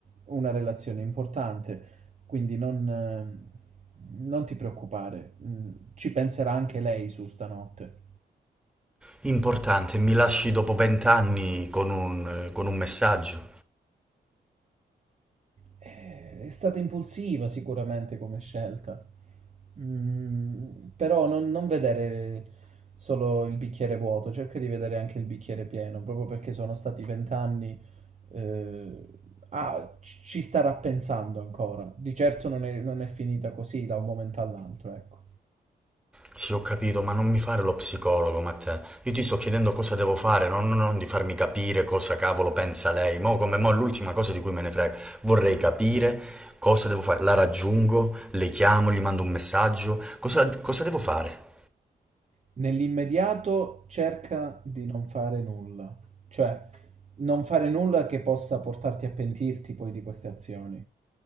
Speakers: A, on the right (about 35°); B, in the centre.
A: una relazione importante, quindi non, eh, non ti preoccupare, Mm, ci penserà anche lei su stanotte.
B: Importante, mi lasci dopo vent'anni con un, eh, con un messaggio.
A: Eh, È stata impulsiva sicuramente come scelta, Mm, però non, non vedere solo il bicchiere vuoto, cerca di vedere anche il bicchiere pieno, proprio perché sono stati vent'anni, eh, ah, ci ci starà pensando ancora. Di certo non è, non è finita così da un momento all'altro, ecco.
B: Sì, ho capito, ma non mi fare lo psicologo, Matteo. Io ti sto chiedendo cosa devo fare, non, non di farmi capire cosa cavolo pensa lei. Mo' come mo' è l'ultima cosa di cui me ne frega. Vorrei capire cosa devo fare. La raggiungo, le chiamo, gli mando un messaggio. Cosa, cosa devo fare?
A: Nell'immediato cerca di non fare nulla, cioè non fare nulla che possa portarti a pentirti poi di queste azioni.